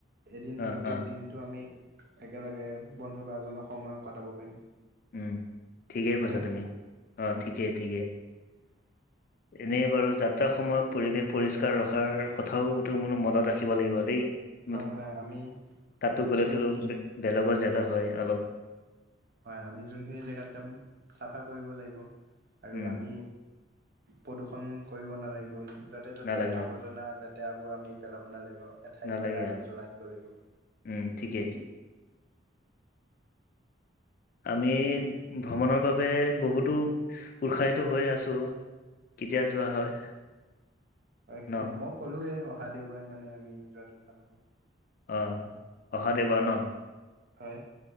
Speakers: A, on the right (about 55°); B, on the left (about 50°).
A: এদিন
B: অ',
A: দি গোটেই
B: অ',
A: দিনটো আমি একেলগে বন্ধু বৰ্গলৈ সময় কটাব পাৰিম
B: উম ঠিকে কৈছা
A: হয়নে?
B: তুমি অ
A: হয়।
B: ঠিকেই ঠিকে
A: <inaudible>
B: এনেই বাৰু যাত্ৰাৰ সময়ত পৰিৱেশ পৰিষ্কাৰ ৰখাৰ কথাওতো মানো মনত ৰাখিব লাগিব দেই
A: হয় হয় আমি
B: তাতো গ'লেতো
A: য'ত
B: বেলেগৰ জেগা হয় অলপ
A: হয় আমি যোনখিনি জেগাত যাম চাফা কৰিব লাগিব আৰু
B: উম
A: আমি প্ৰদূষন কৰিব নালাগিব যতে ত'তে
B: নালাগে
A: আৱৰ্জনা
B: আৰু
A: লেতেৰাবোৰ আমি পেলাব নালাগিব ঠাইত
B: নালাগে
A: পেলাই আমি
B: আৰু
A: জ্বলাই দিব লাগিব
B: উম ঠিকে
A: কি
B: আমি ভ্ৰমণৰ বাবে বহুতো উৎসাহিত হৈ আছো কেতিয়া যোৱা হয়
A: হয়
B: ন
A: মই ক'লো এ অহা দেওবাৰে মানে আমি যোৱাটো ভাল হ'ব
B: অ অহা দেওবাৰ ন
A: হয়